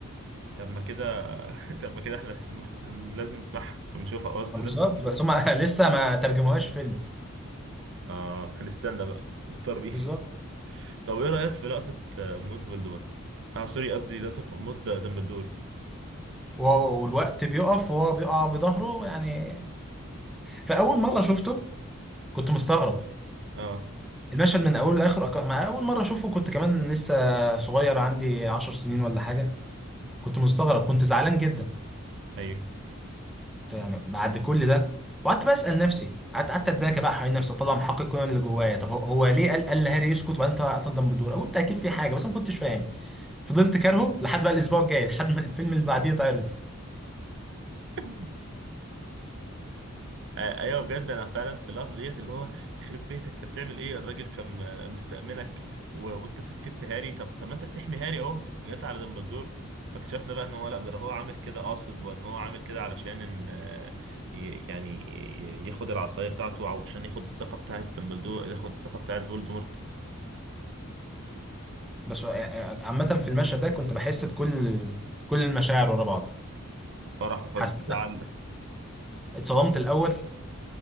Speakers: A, on the right; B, in the centre.
A: طب ما كده <laughs> طب ما كده احنا هن- لازم نسمعها ونشوفها آه، قصدي
B: بالظبط
A: لازم نسمعها
B: بس هم <laughs> لسه ما ترجموهاش فيلم
A: اه هنستنى بقى مضطرين
B: بالظبط
A: <laughs> طب ايه رايك في لقطه آه، موت فولدمورت اه سوري قصدي لقطه موت د- دامبلدور
B: وهو والوقت بيقف وهو بيقع بظهره يعني فاول مره شفته كنت مستغرب
A: اه
B: المشهد من اوله لاخره أك- ما اول مره اشوفه كنت كمان لسه صغير عندي عشر سنين ولا حاجه كنت مستغرب كنت زعلان جدا
A: ايوه
B: كنت يعني بعد كل ده وقعدت بسال نفسي قعدت قعدت اتذاكى بقى حوالين نفسي اطلع محقق كونان اللي جوايا طب هو هو ليه قال قال لهاري يسكت وبعدين طلع قتل دامبلدور قلت اكيد في حاجه بس أنا ما كنتش فاهم فضلت كارهه لحد بقى الاسبوع الجاي لحد ما الفيلم اللي بعديه اتعرض
A: <laughs> آه، ايوه بجد انا فعلا في اللحظه ديت اللي هو خرب بيتك انت بتعمل ايه الراجل كان آه، مستأمنك و... وانت سكت هاري طب طب ما انت بتحمي هاري اهو جت على دمبلدور فاكتشفنا بقى ان هو لا ده هو عامل كده قاصد وان هو عامل كده علشان ان آه، ي- يعني ي- ياخد العصايه بتاعته او عشان ياخد الثقه بتاعت دمبلدور ياخد الثقه بتاعت فولدمورت
B: بس عامة في المشهد ده كنت بحس بكل كل المشاعر ورا بعض
A: فرح وحزن
B: حسيت
A: وزعل
B: اتصدمت الأول